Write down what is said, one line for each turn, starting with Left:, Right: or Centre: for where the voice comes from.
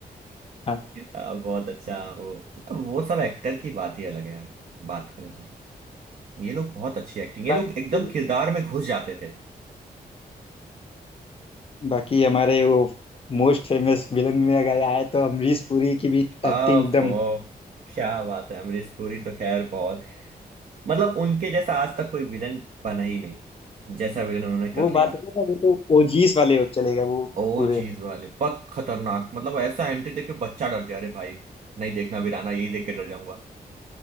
Left: हाँ
Right: आ, बहुत अच्छा वो मतलब वो सब एक्टर की बात ही अलग है यार बात करें तो ये लोग बहुत अच्छी एक्टिंग ये
Left: बाकी
Right: लोग एकदम किरदार में घुस जाते थे
Left: बाकी हमारे वो मोस्ट फेमस विलन में अगर आए तो अमरीश पुरी की भी
Right: आ
Left: एक्टिंग
Right: फो
Left: एकदम
Right: क्या बात है अमरीश पुरी तो खैर बहुत मतलब उनके जैसा आज तक कोई विलन बना ही नहीं जैसा विलन उन्होंने कर
Left: वो
Right: लिया
Left: बात है ना वो तो ओजीस वाले हो चलेगा वो
Right: ओ
Left: पूरे
Right: चीज वाले बहुत खतरनाक मतलब ऐसा एंट्री देके बच्चा डर जा रहे भाई नहीं देखना वीराना यही देख के डर जाऊंगा